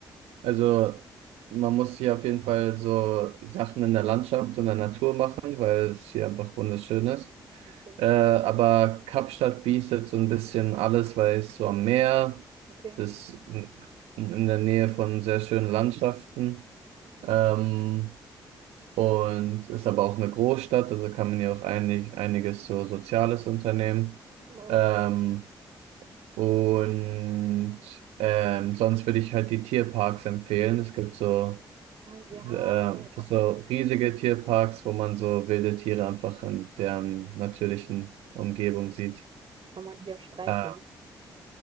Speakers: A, on the right (about 75°); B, on the right (about 55°).
A: also man muss hier auf jeden Fall so Sachen in der Landschaft und der Natur machen, weil es hier
B: Okay,
A: einfach wunderschön ist.
B: okay,
A: Äh, aber Kapstadt bietet so ein bisschen alles, weil es so am Meer
B: okay,
A: es ist, in in der Nähe von sehr schönen Landschaften
B: okay.
A: ähm, und ist aber auch eine Großstadt, also kann man hier auch einig, einiges so Soziales unternehmen.
B: Wow.
A: Ähm, und ähm, sonst würde ich halt die Tierparks empfehlen. Es gibt so,
B: Ah ja,
A: äh,
B: weil Afrika.
A: so riesige Tierparks, wo man so wilde Tiere einfach in deren natürlichen Umgebung sieht.
B: Kann man die auch streicheln?
A: Äh,